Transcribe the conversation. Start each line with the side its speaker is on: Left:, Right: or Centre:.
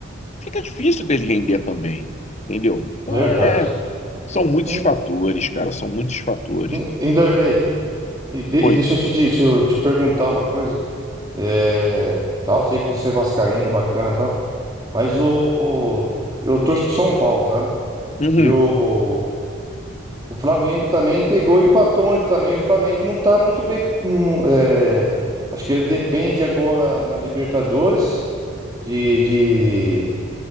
Left: fica difícil dele render também, entendeu? Então
Right: verdade.
Left: é, são muitos
Right: Em,
Left: fatores, cara, são muitos fatores.
Right: em, em Darley, e, de-
Left: Oi.
Right: e deixa eu te, di- deixa eu te perguntar uma coisa. É, tal, sei que você é vascaíno, bacana, e tal, mas o, o eu torço pro São Paulo, sabe?
Left: Uhum.
Right: E o, o, o Flamengo também pegou e empatou ontem também. O Flamengo não tá muito bem. hum, é, acho que ele depende agora na Libertadores de, de